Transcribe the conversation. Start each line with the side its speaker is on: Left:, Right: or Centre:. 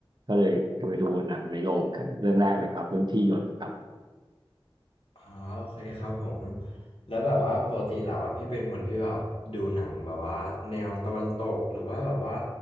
Right: ก็เลยก็ไปดูหนังในโรงเรื่องแรกเลยครับเรื่องที่หยดครับ
Left: อ๋อโอเคครับผมแล้วแบบว่าปกติแล้วอ่ะพี่เป็นคนที่แบบดูหนังแบบว่าแนวตะวันตกหรือว่าแบบว่า